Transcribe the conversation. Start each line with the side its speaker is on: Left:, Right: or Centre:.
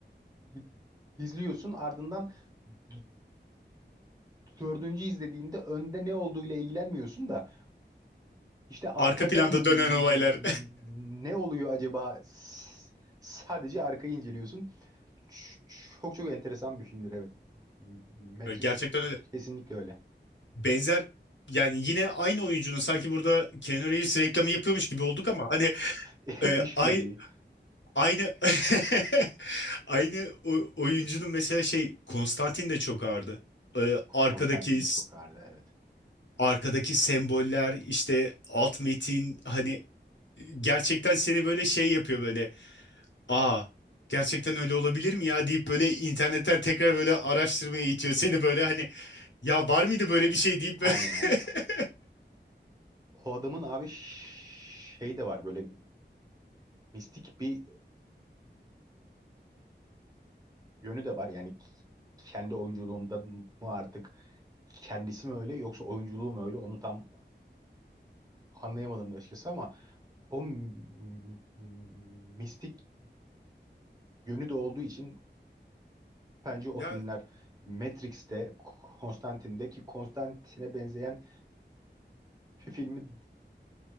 Right: i- izliyorsun ardından d- dördüncü izlediğinde önde ne olduğuyla ilgilenmiyorsun da işte arkada
Left: Arka planda
Right: n-
Left: dönen olaylar.
Right: ne oluyor acaba S- sadece arkayı inceliyorsun. Ç- Çok çok enteresan bir filmdir evet. Matrix
Left: <laughs> Gerçekten öyle.
Right: kesinlikle öyle.
Left: Benzer yani yine aynı oyuncunun sanki burada Keanu Reeves reklamı yapıyormuş gibi olduk ama hani
Right: <laughs>
Left: e,
Right: İşbirliği.
Left: ay- aynı <laughs> aynı o- oyuncunun mesela şey Konstantin de çok ağırdı. E, arkadaki
Right: Konstantin de çok ağırdı evet.
Left: arkadaki semboller işte alt metin hani gerçekten seni böyle şey yapıyor böyle aa gerçekten öyle olabilir mi ya deyip böyle internetten tekrar böyle araştırmaya itiyor seni böyle hani Ya var mıydı böyle bir şey deyip
Right: Aynen
Left: böyle- <laughs>
Right: aynen. O adamın abi ş- şey de var böyle mistik bir yönü de var. Yani k- kendi oyunculuğunda mı artık kendisi mi öyle yoksa oyunculuğu mu öyle onu tam anlayamadım da açıkçası ama o m- m- mistik yönü de olduğu için bence o
Left: Ya
Right: filmler Matrix'te, Konstantine'de ki Konstantine'e benzeyen bir filmi